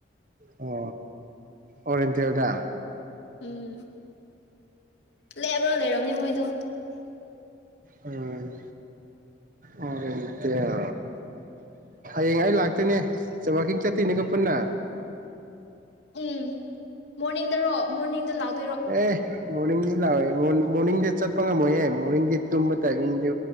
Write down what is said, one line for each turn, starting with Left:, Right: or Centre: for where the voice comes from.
Right: ꯑꯣ ꯑꯣꯔꯦꯟꯗꯤꯌꯣꯗ
Left: ꯎꯝ ꯂꯦꯕ꯭ꯔꯣ ꯂꯩꯔ <unintelligible> ꯃꯣꯏꯗꯣ
Right: ꯎꯝ ꯑꯔꯦꯟꯇꯤꯌꯥ ꯍꯌꯦꯡ ꯑꯩ ꯂꯥꯛꯇꯨꯏꯅꯦ ꯆꯥꯛꯀꯤꯡ ꯆꯠꯇꯨꯏꯅꯤꯀꯣ ꯄꯨꯟꯅ
Left: ꯎꯝ ꯃꯣꯔꯅꯤꯡꯗꯔꯣ ꯃꯣꯔꯅꯤꯡꯗ ꯂꯥꯛ
Right: ꯑꯦ ꯃꯣꯔꯅꯤꯡꯗꯤ ꯂꯥꯛꯑꯣꯦ ꯃꯣꯔꯅꯤꯡꯗꯤ ꯆꯠꯄ ꯉꯝꯃꯣꯏꯍꯦ ꯃꯣꯔꯅꯤꯡꯗꯤ ꯇꯨꯝꯕ ꯇꯥꯏꯃꯤꯡꯗꯨ